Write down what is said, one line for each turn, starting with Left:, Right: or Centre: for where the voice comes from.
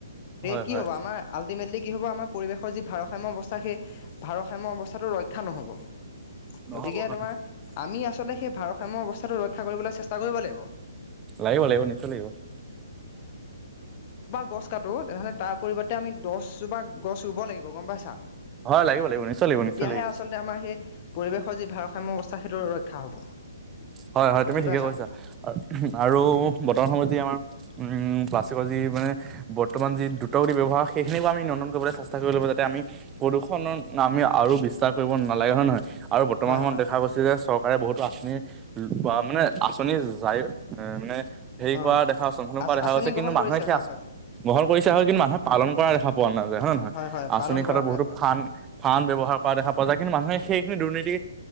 Right: হয়
Left: কি
Right: হয়
Left: হ'ব আাৰ আলদি মেদলি কি হ'ব আমাৰ পৰিৱেশৰ যি ভাৰসাম্যয় অৱস্থা সেই ভাৰসাম্য অৱস্থাটো ৰক্ষা নহ'ব
Right: নহ'ব
Left: গতিকে
Right: হয়
Left: তোমাৰ আমি আচলতে সেই ভাৰসাম্য অৱস্থাটো ৰক্ষা কৰিবলৈ চেষ্টা টা কৰিব লাগিব
Right: লাগিব লাগিব নিশ্চয় লাগিব
Left: গছ কাটো তেনেহ'লে তাৰ পৰিৱৰ্তে আমি দছজোপা গছ ৰুব লাগিব গম পাইছা
Right: হয় লাগিব লাগিব নিশ্চয় লাগিব
Left: তেতিয়াহে
Right: নিশ্চয় লাগিব
Left: আচলতে আমাৰ সেই পৰিৱেশ যি ভাৰসাম্য অৱস্থা সেইটো ৰক্ষা হ'ব
Right: হয় হয়
Left: বুজি
Right: তুমি ঠিকে
Left: পাইছা
Right: কৈছা আৰু বৰ্তমান সময়ত যি আমাৰ উম প্লাষ্টিকৰ যি মানে বৰ্তমান যি দ্ৰুতগতি ব্যৱহাৰ সেইখিনিকো আমি নিয়ন্ত্ৰণ কৰিবলৈ চেষ্টা কৰি লব যাতে আমি প্ৰদূষণৰ আমি আৰু বিশ্বাস কৰিব নালাগে হয় নে নহয় আৰু বৰ্তমান
Left: হয়
Right: সময়ত
Left: হয়
Right: দেখা
Left: হয়
Right: গৈছে যে চৰকাৰে বহুতো আঁচনি বা মানে আঁচনি যায় এ মানে হেৰি
Left: অ'
Right: কৰা দেখা আ হৈছে মুহন কৰা দেখা
Left: আঁচনি
Right: গছে কিন্তু
Left: গ্ৰহণ
Right: মানুহে
Left: কৰিছে
Right: সেয়া
Left: হয়
Right: আছে
Left: হয়।
Right: বল কৰিছে
Left: উম
Right: হয় কিন্তু মানুহে পালন কৰা
Left: উম
Right: দেখা পোৱা নাযায় হয় নে নহয়
Left: হয়
Right: আঁচনিৰ
Left: পালন
Right: ক্ষেত্ৰ
Left: কৰা
Right: বহুতো
Left: নাই হয়
Right: ফান ফান ব্যৱস্থ কৰা দো যায় কিন্তু সেইখিনি দুৰ্নীতি